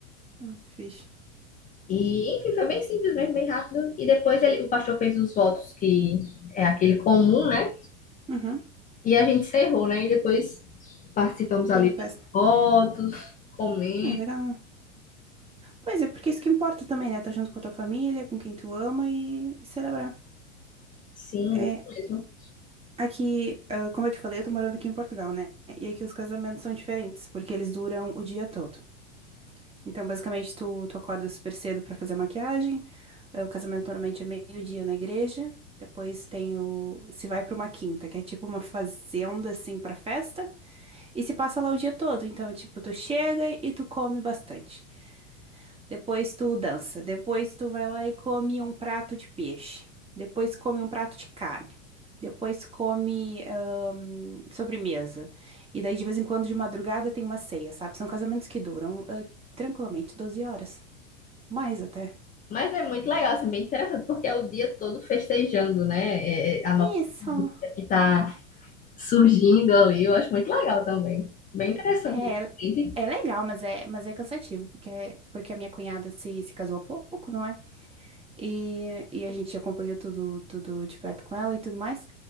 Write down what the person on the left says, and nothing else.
E, enfim, foi bem simples mesmo, bem rápido. E depois ele, o pastor fez os votos, que é aquele comum, né?
E a gente encerrou, né? E depois participamos ali
das
fotos, comendo.
Sim,
isso mesmo.
Mas é muito legal, assim, bem interessante, porque é o dia todo festejando, né? É, é, a nova
vida que tá surgindo ali, eu acho muito legal também. Bem interessante.
Gente,